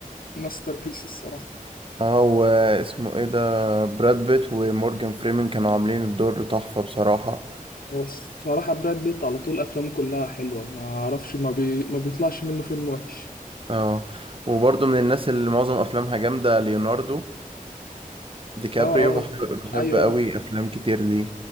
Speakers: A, on the left (about 80°); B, on the right (about 35°).
A: ماستر بيس الصراحة
B: اه واسمه ايه ده براد بيت ومورجان فريمن كانوا عاملين الدور تحفة بصراحة
A: هو الصراحة براد بيت على طول أفلامه كلها حلوة ما أعرفش ما, بي... ما بيطلعش منه فيلم وحش
B: اه وبرضو من الناس اللي معظم افلامها جامدة ليوناردو دي كابريو
A: اه اه
B: بحب بحب
A: ايوه
B: قوي افلام كتير دي